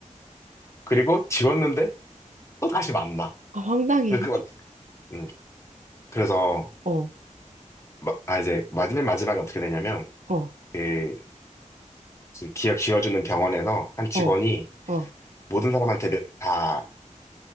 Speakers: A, on the left; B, on the right.
A: 그리고 지웠는데 또 다시 만나.
B: 아, 황당해.
A: 그막 음, 그래서
B: 어,
A: 마- 아 이제 마지막 마지막에 어떻게 되냐면
B: 어,
A: 그 그 기억 지워주는 병원에서 한 직원이
B: 어, 어.
A: 모든 사람한테 메- 다